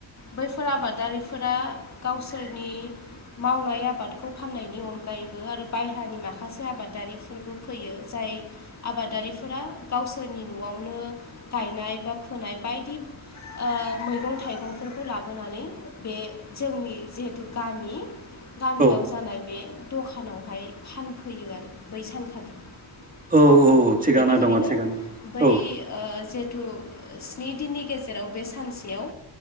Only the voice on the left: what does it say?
बैफोर आबादारिफोरा गावसोर
मावनाय आबादखौ फान्नायनि अनगायैबो आरो बाह्रानि माखासे आबादारिफोरबो फैयो जाय हाय आबादारिफोरा गावसोरनि न'आवनो गायनाय बा फोनाय बायदि ओ मैगं-थाइगंफोरखौ लाबोनानै बे जोंनि जिहेथु गामि गामियाव
जानाय बे दखानावहाय फानफैयो आरो बै सानखालि
ओ
बेनिखायनो
बै
ओ थु स्नि दिननि गेजेराव बे सानसेयाव